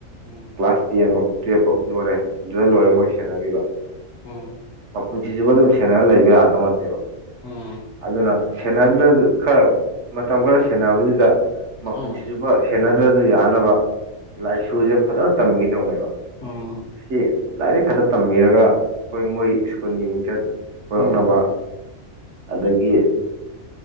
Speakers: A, on the left; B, on the right.
A: ꯎꯝ꯫
B: ꯀ꯭ꯂꯥꯁ ꯇꯦꯟꯐꯧ ꯇꯨꯌꯦꯜꯐ ꯐꯥꯎ ꯂꯣꯏꯔꯦ ꯑꯗꯨꯗ ꯂꯣꯏꯔꯦ
A: ꯎꯝ
B: ꯃꯣꯏ ꯁꯦꯟꯅꯕꯤꯕ꯫
A: ꯎꯝ
B: ꯄꯨꯟꯁꯤꯁꯤꯕꯨ ꯑꯗꯨꯝ ꯁꯦꯟꯅꯔ ꯂꯩꯕ ꯌꯥꯗꯧ ꯅꯠꯇꯦꯕ
A: ꯎꯝ
B: ꯑꯗꯨꯅ ꯁꯦꯟꯅꯗ꯭ꯔꯁꯨ꯫ ꯈꯔ ꯃꯇꯝ ꯈꯔ ꯁꯦꯟꯅꯕꯗꯨꯗ ꯃꯈꯨꯟꯁꯤ
A: ꯎꯝ ꯎꯝ
B: ꯆꯨꯞꯄ ꯁꯦꯟꯅꯗ꯭ꯔꯁꯨ ꯌꯥꯅꯕ꯫ ꯂꯥꯏꯁꯨꯁꯦ ꯐꯖꯅ ꯇꯝꯕꯒꯤꯗꯧꯅꯦꯕ
A: ꯎꯝ ꯎꯝ
B: ꯑꯁꯤ꯫ ꯂꯥꯏꯔꯤꯛ ꯈꯛꯇ ꯇꯝꯕꯤꯔꯒ ꯑꯩꯈꯣꯏ ꯃꯣꯏ ꯁ꯭ꯀꯨꯜꯒꯤ ꯃꯤꯡꯆꯠ꯫ ꯄꯨꯔꯛꯅꯕ
A: ꯎꯝ
B: ꯑꯗꯒꯤ